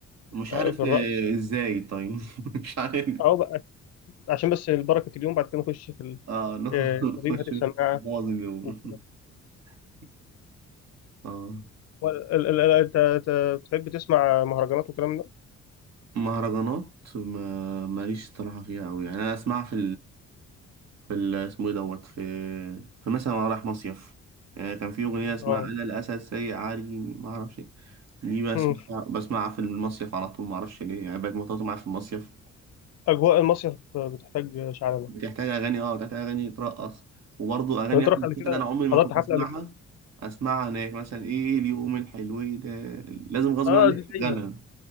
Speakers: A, on the right; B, on the left.
A: مش
B: ال-
A: عارف
B: في الرقص
A: آه، إزاي طيب <laughs> مش عارف
B: او بقى عشان بس بركه اليوم بعد كده نخش في ال-
A: أه
B: آه،
A: نخش
B: طبيب هات السماعه
A: بوظ اليوم
B: وكده
A: <laughs> أه
B: هو ال- ال- ال- انت أنت بتحب تسمع مهرجانات والكلام ده؟
A: مهرجانات ما ماليش صراحة فيها أوي يعني أنا أسمعها في في ال- اسمه ايه دوت في في مثلا وأنا رايح مصيف يعني كان في أغنية اسمها
B: اه
A: أنا الأسد سيء عاري ما أعرفش إيه. دي
B: <laughs>
A: بسمعها
B: أمم.
A: بسمعها في المصيف على طول ما أعرفش ليه يعني بقت مرتبطة معايا في المصيف
B: اجواء المصيف بتحتاج شعلبه
A: بتحتاج أغاني أه بتحتاج أغاني ترقص وبرضه أغاني
B: طب انت
A: أحمد
B: رحت قبل كده
A: سعد أنا عمري ما
B: حضرت
A: كنت
B: حفله
A: بسمعها
B: قبل كده
A: أسمعها هناك مثلا إيه اليوم الحلو ده لازم غصب
B: اه
A: عنك
B: دي دايما
A: تشغلها